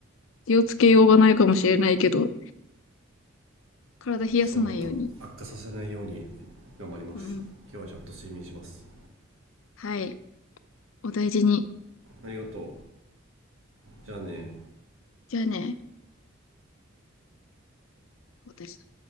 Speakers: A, on the left; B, on the right.
A: 気をつけようがないかもしれないけど、体冷やさないように。
B: そうねまあ悪化させないように頑張ります今日はちゃんと睡眠します
A: うん。はい。お大事に。
B: ありがとうじゃあね
A: じゃあね、私。